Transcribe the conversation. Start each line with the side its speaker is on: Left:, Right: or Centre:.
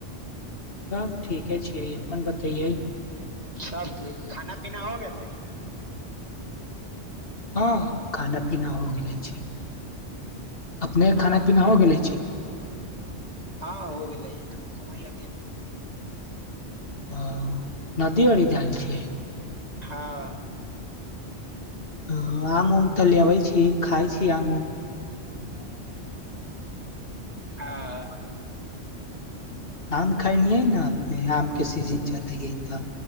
Left: सब ठीके छियै अपन बतैयै
Right: सब ठीक खाना पीना हो गेलै
Left: हँ खाना पीना हो गेले छै अपने
Right: हँ
Left: खाना पीना हो गेले छी
Right: हँ हो गेल लै घुमाइ
Left: आ नदी आरी जाल छियै
Right: हँ
Left: ओ आम उम तऽ लेबै छी खाय छी आम उम
Right: आ
Left: आम खैनियै ने अपने आम के सीजन चलै ह इधर